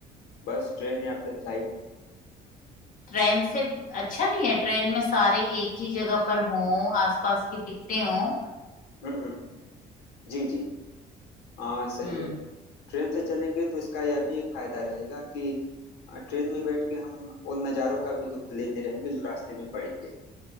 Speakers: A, on the left (about 80°); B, on the left (about 55°).
A: बस ट्रेन या फिर फ्लाइट
B: ट्रेन से अच्छा नहीं है ट्रेन में सारे एक ही जगह पर हों आसपास की टिकटें हों
A: हम्म हम्म, जी जी हाँ सही
B: हम्म
A: है ट्रेन से चलेंगे तो इसका यह भी एक फायदा रहेगा कि अ, ट्रेन में बैठ के हम उन नज़ारों का भी लुत्फ लेते रहेंगे जो रास्ते में पड़ेंगे